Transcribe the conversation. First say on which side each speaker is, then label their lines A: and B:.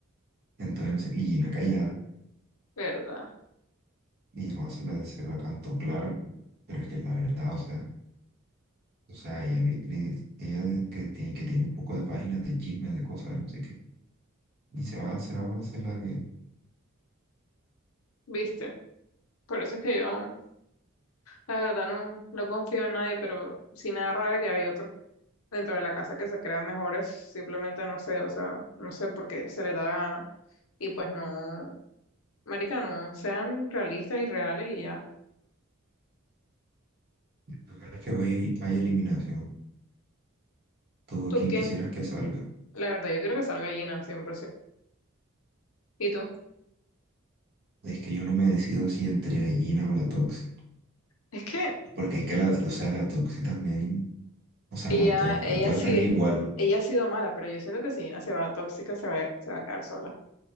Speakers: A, on the right; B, on the left.
A: Entonces, y Gina callada,
B: ¿verdad?
A: y Juan se la, se la cantó clara, pero es que la verdad, o sea, o sea, ella, vi- le- ella de- que tiene, que tiene un poco de páginas de chismes, de cosas, de no sé qué, y se va, se la va a hacer la que...
B: ¿Viste? Por eso es que yo, la verdad, no, no confío en nadie, pero sí me da rabia que hay otros. dentro de la casa que se crean mejores, simplemente no sé, o sea, no sé por qué se les da la gana. Y pues no, marica, no, sean realistas y reales y ya.
A: Lo que pasa es que hoy hay eliminación, todo
B: ¿Tú
A: quien
B: quién?
A: quisieras que salga.
B: La verdad, yo creo que salga Gina, ciento ¿Y tú?
A: Es que yo no me decido si entre Gina o la Toxi,
B: Es que
A: porque es que la, o sea, la Toxi también... O sea,
B: ella,
A: las dos, las
B: ella
A: dos
B: sí,
A: están igual.
B: ella ha sido mala, pero yo siento que si Gina se va tóxica, se va, se va a quedar sola.